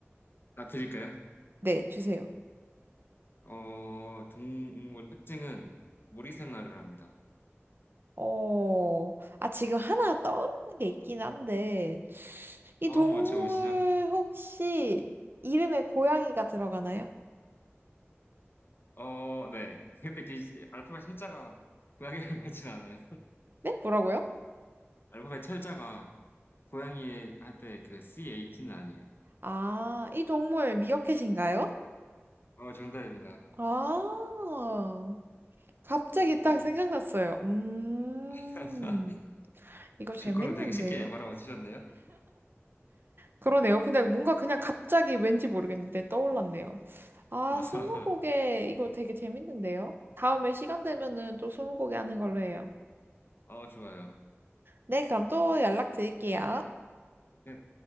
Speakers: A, on the left (about 50°); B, on the right (about 50°).
A: 아, 드릴까요?
B: 네, 주세요.
A: 어, 동물 특징은 무리 생활을 합니다.
B: 어, 아, 지금 하나 떠오르는 게 있긴 한데, 이
A: 어,
B: 동물
A: 한번 맞춰보시죠.
B: 혹시 이름에 고양이가 들어가나요?
A: 어, 네. 근데 그 알파벳 철자가 고양이랑 같진 않아요.
B: 네? 뭐라고요?
A: 알파벳 철자가 고양이 할 때 그 CAT는 아니에요.
B: 아, 이 동물 미어캣인가요?
A: 어, 정답입니다.
B: 아, 갑자기
A: 오.
B: 딱 생각났어요. 음,
A: <laughs>
B: 이거 재밌는데요?
A: 제 거는 되게 쉽게 바로 맞추셨네요.
B: 그러네요. 그냥 뭔가 그냥 갑자기 왠지 모르겠는데 떠올랐네요. 아,
A: <laughs>
B: 스무고개 이거 되게 재밌는데요? 다음에 시간 되면은 또 스무고개 하는 걸로 해요.
A: 아, 어, 좋아요.
B: 네, 그럼 또 연락드릴게요.
A: 근데